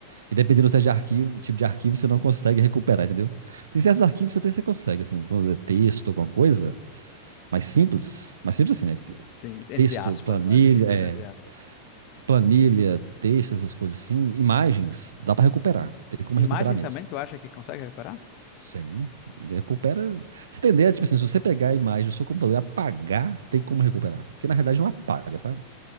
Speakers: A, on the right; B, on the left.
A: E dependendo do tipo de arquivo, tipo de arquivo, você não consegue recuperar, entendeu? Tem certos arquivos que até você consegue, assim, quando é texto, alguma coisa, mais simples, mais simples assim, né? que-
B: Sim, entre
A: Texto,
B: aspas,
A: planilha,
B: né? Simples
A: é,
B: entre aspas.
A: planilha, texto, essas coisas assim, imagens, dá pra recuperar. Tem como
B: Imagem
A: recuperar mesmo.
B: também, tu acha que consegue recuperar?
A: Sim, recupera. Se tem ideia, tipo assim, se você pegar a imagem do seu computador e apagar, tem como recuperar. Porque na realidade não apaga, sabe?